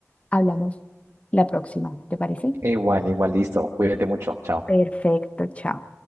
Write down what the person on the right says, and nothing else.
Igual, igual, listo. Cuídate mucho. Chao.